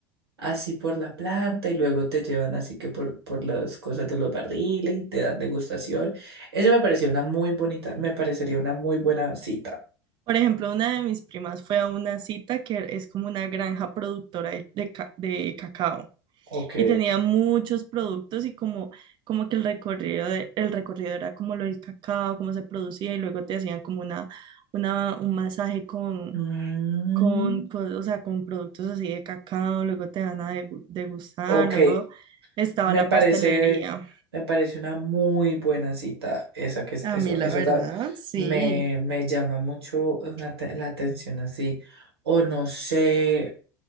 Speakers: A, on the right; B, on the right.
A: así por la planta y luego te llevan así que por, por las cosas de los barriles y te dan degustación. Eso me pareció una muy bonita, me parecería una muy buena cita.
B: Por ejemplo, una de mis primas fue a una cita que es como una granja productora de, de ca- de cacao.
A: Ok.
B: y tenía muchos productos y como, como que el recorrido, de- el recorrido era como lo del cacao, cómo se producía y luego te hacían como una, una, un masaje con,
A: Mm,
B: con, con, o sea, con productos así de cacao, luego te van a degu- degustar,
A: ok,
B: luego estaba
A: me
B: la
A: parece,
B: pastelería.
A: me parece una muy buena cita esa que es,
B: A
A: eso,
B: mí la
A: eso
B: verdad,
A: ta-
B: sí.
A: me, me llama mucho una te- la atención así. O no sé,